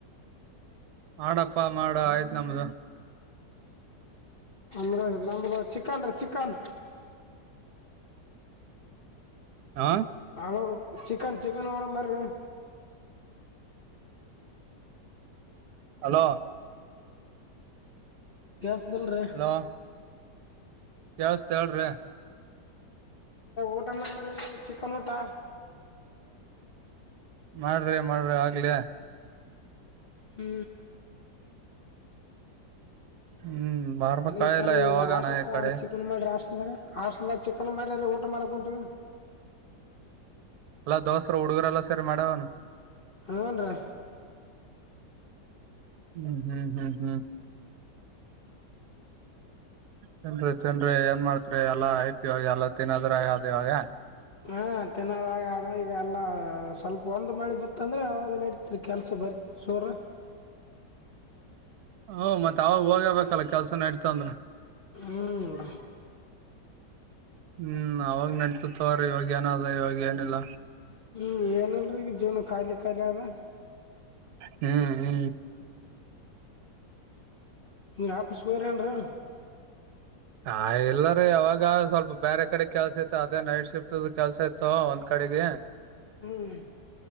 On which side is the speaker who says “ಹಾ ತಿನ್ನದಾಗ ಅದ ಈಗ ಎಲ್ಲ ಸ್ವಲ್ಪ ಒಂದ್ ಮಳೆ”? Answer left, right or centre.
Left